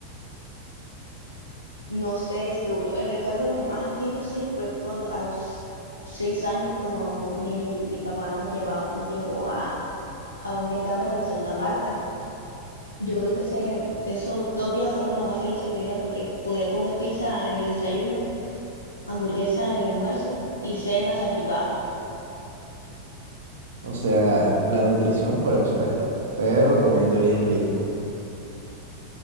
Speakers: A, on the left; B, on the right.
A: no sé, seguro. El recuerdo como más antiguo así fue cuando a los seis años cuando no- mi, mi papá nos lleva, nos llevó a a un Decameron en Santa Marta. Yo creo que ese, esos dos días fueron los más felices de mi vida porque podía comer pizza en el desayuno, hamburguesa en el almuerzo y cena salchipapa.
B: O sea, la nutrición por el suelo, pero comiendo bien rico.